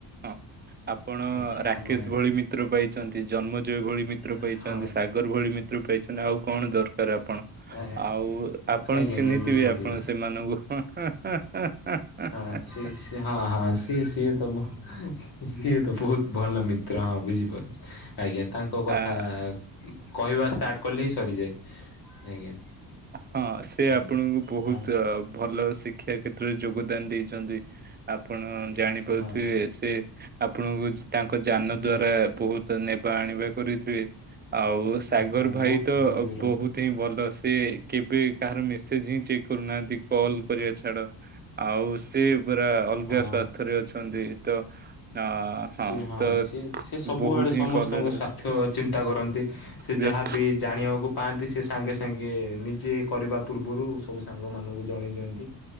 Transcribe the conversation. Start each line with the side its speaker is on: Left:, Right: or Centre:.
Right: ହଁ ଆପଣ
Left: ହେଲା
Right: ରାକେଶ
Left: ଆମେ
Right: ଭଳି ମିତ୍ର ପାଇଛନ୍ତି ଜନ୍ମଜୟ ଭଳି ମିତ୍ର
Left: ହଁ
Right: ପାଇ ସାଗର ଭଳି ମିତ୍ର ପାଇଛନ୍ତି ଆଉ କଣ ଦରକାର ଆପଣ
Left: ଏ
Right: ଆଉ ଆପଣ
Left: ଆଜ୍ଞା
Right: ଚିହ୍ନିଥିବେ
Left: ଆଜ୍ଞା ବୁଝିଲି।
Right: ଆପଣ ସେମାନଙ୍କୁ <unintelligible>
Left: ହଁ ସିଏ ହଁ ହଁ ସିଏ ସିଏ ତ ସିଏ ତ ବହୁତ ଭଲ ମିତ୍ର ହଁ ବୁଝିପାରୁଛି। ଆଜ୍ଞା ତାଙ୍କ କଥା
Right: ଆ
Left: କହିବା ଷ୍ଟାର୍ଟ କଲେ ହିଁ ସରିଯାଏ ଆଜ୍ଞା।
Right: ହଁ ସେ
Left: ହୁଁ
Right: ଆପଣଙ୍କୁ ବହୁତ
Left: ଆଉ
Right: ଭଲ ଶିକ୍ଷା କ୍ଷେତ୍ରରେ ଯୋଗଦାନ ଦେଇ ଆପଣ ଜାଣିପାରୁଥିବେ
Left: ହଁ
Right: ସେ ଆପଣଙ୍କୁ ତାଙ୍କ ଯାନ
Left: ହଁ
Right: ଦ୍ଵାରା ବହୁତ ନେବା କରିଥିବେ? ଆଉ ସାଗର
Left: ହଁ
Right: ଭାଇ
Left: ବହୁତ
Right: ତ
Left: ଦୂର
Right: ବହୁତ ହିଁ ଭଲ ସେ କେବେ କାହାର ମିଶ ସେ ସ୍ଚେକ୍ କରୁନାହାନ୍ତି କଲ କରିବେସ ଛାଡ ଆଉ ସେ ପା ଅଲଗା
Left: ହଁ
Right: ସ୍ଵାସ୍ଥ୍ୟରେ ଅଛନ୍ତି ତ ଅ ହଁ
Left: ସିଏ
Right: ତ
Left: ସିଏ ସିଏ ସବୁଆଡ଼େ
Right: ବହୁତ
Left: ସମସ୍ତଙ୍କ
Right: ହିଁ କଲେଜ
Left: ସ୍ୱାର୍ଥ ଚିନ୍ତା କରନ୍ତି ସେ
Right: ବ୍ୟସ୍ତ
Left: ଯାହା ବି ଜାଣିବାକୁ ପାଆନ୍ତି ସେ ସାଙ୍ଗେ ସାଙ୍ଗେ ନିଜେ କରିବା-ୂ ପୂର୍ବରୁ ସବୁ ସାଙ୍ଗମାନଙ୍କୁ ଜଣେଇ ଦିଅନ୍ତି